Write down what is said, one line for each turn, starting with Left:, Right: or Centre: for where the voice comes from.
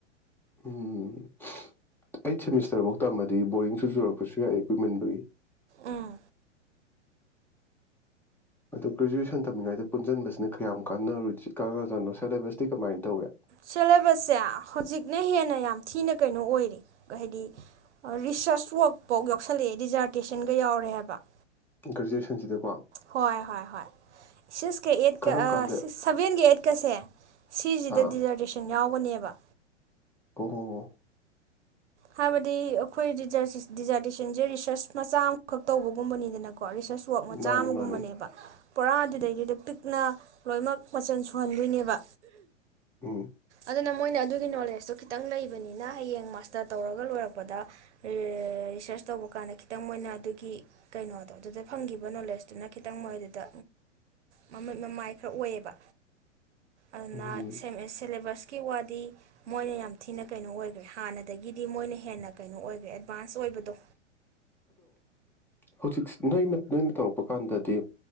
Centre: ꯎꯝ ꯑꯩꯠ ꯁꯦꯃꯤꯁꯇꯔꯐꯧ ꯇꯝꯃꯗꯤ ꯕꯣꯔꯗꯤꯡꯁꯨ ꯆꯨꯔꯛꯄꯁꯨ ꯌꯥꯏ ꯀꯨꯏꯃꯟꯕꯒꯤ
Right: ꯎꯝ
Centre: ꯑꯗ ꯒꯦꯨꯑꯁꯟꯝꯃꯤꯉꯩꯗ ꯄꯨꯟꯁꯤꯟꯕꯁꯤꯅ ꯀꯌꯥꯝ ꯀꯥꯟꯔ ꯀꯥꯟꯅꯖꯠꯅꯣ ꯁꯦꯂꯦꯕꯁꯇꯤ ꯀꯃꯥꯏꯅ ꯇꯧꯏꯦ
Right: ꯁꯦꯂꯦꯕꯁꯁꯦ ꯍꯧꯖꯤꯛꯅ ꯍꯦꯟꯅ ꯌꯥꯝ ꯊꯤꯅ ꯀꯩꯅꯣ ꯑꯣꯏꯔꯤꯦ ꯍꯥꯏꯗꯤ ꯔꯤꯁꯔꯁ ꯋꯥꯔꯛꯐꯥꯎ ꯌꯥꯎꯁꯜꯂꯛꯑꯦ ꯔꯤꯖꯥꯔꯇꯦꯁꯟꯒ ꯌꯥꯎꯔꯦ ꯍꯥꯏꯕ
Centre: ꯒ꯭ꯔꯦꯖꯨꯑꯦꯁꯟꯁꯤꯗꯀꯣ
Right: ꯍꯣꯏ ꯍꯣꯏ ꯍꯣꯏ ꯁꯤꯛꯁꯀ ꯑꯩꯠꯀ
Centre: ꯀꯔꯝ ꯀꯥꯟꯗ
Right: ꯁꯤ ꯁꯚꯦꯟꯒ ꯑꯩꯠꯀꯁꯦ ꯁꯤꯁꯤꯗ
Centre: ꯑꯥ
Right: ꯗꯤꯖꯔꯇꯦꯁꯟ ꯌꯥꯎꯕ ꯍꯅꯦꯕ
Centre: ꯀꯨꯍ
Right: ꯍꯥꯏꯕꯗꯤ ꯑꯩꯈꯣꯏ ꯗꯤꯖꯥꯔꯇꯦꯁꯟꯁꯦ ꯔꯤꯁꯔꯁ ꯃꯆꯥ ꯑꯃꯈꯛ ꯇꯧꯕꯒꯨꯝꯕꯅꯤꯗꯅꯀꯣ ꯀꯣ ꯔꯤꯁꯔꯁ ꯋꯛ ꯃꯆꯥ
Centre: ꯃꯥꯅꯦ
Right: ꯑꯃꯒꯨꯝꯕꯅꯦꯕ
Centre: ꯃꯥꯅꯦ
Right: ꯣꯔꯥꯗꯨꯗꯩꯗꯨꯗ ꯄꯤꯛꯅ ꯂꯣꯏꯅꯃꯛ ꯃꯆꯜ ꯁꯨꯍꯟꯗꯣꯏꯅꯦꯕ
Centre: ꯑ
Right: ꯑꯗꯨꯅ ꯃꯣꯏꯅ ꯑꯗꯨꯒꯤ ꯅꯣꯂꯦꯖꯇꯨ ꯈꯤꯇꯪ ꯂꯩꯕꯅꯤꯅ ꯍꯌꯦꯡ ꯃꯥꯁꯇꯔ ꯇꯧꯔꯒ ꯂꯣꯏꯔꯛꯄꯗ ꯔꯤꯁꯔꯁ ꯇꯧꯕ ꯀꯥꯟꯗ ꯈꯤꯇꯪ ꯃꯣꯏꯅ ꯑꯗꯨꯒꯤ ꯀꯩꯅꯣꯗꯣ ꯑꯗꯨꯗ ꯐꯪꯈꯤꯕ ꯅꯣꯂꯦꯖꯇꯨꯅ ꯈꯤꯇꯪ ꯃꯣꯏꯗꯨꯗ ꯃꯃꯥꯏ ꯈꯔ ꯑꯣꯏꯌꯦꯕ ꯑꯗꯨꯅ
Centre: ꯎꯝ
Right: ꯁꯤꯂꯦꯕꯁ ꯀꯤ ꯋꯥꯗꯤ ꯃꯣꯏꯅ ꯌꯥꯝ ꯊꯤꯅ ꯀꯩꯅꯣ ꯑꯣꯏꯈ꯭ꯔꯦ ꯍꯥꯟꯅ ꯑꯗꯒꯤꯗꯤ ꯃꯣꯏꯅ ꯍꯦꯟꯅ ꯀꯩꯅꯣ ꯑꯣꯏꯈ꯭ꯔꯦ ꯚꯁ ꯑꯣꯏꯕꯗꯣ
Centre: ꯍꯧꯖꯤꯛꯁ ꯅꯣꯏ ꯅꯣꯏꯅ ꯇꯧꯔꯛꯄ ꯀꯥꯟꯗꯗꯤ